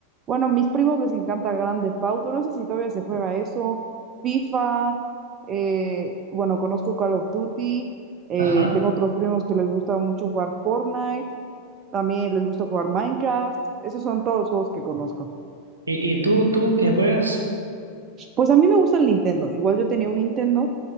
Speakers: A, on the right; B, on the right.
A: Bueno, a mis primos les encanta Grand Theft Auto, no sé si todavía se juega eso, FIFA, eh, bueno, conozco Call of Duty, eh,
B: Ajá.
A: tengo otros primos que les gusta mucho jugar Fortnite, también les gusta jugar Minecraft, esos son todos los juegos que conozco.
B: ¿Y, y tú, tú qué juegas?
A: Pues a mí me gusta el Nintendo. Igual yo tenía un Nintendo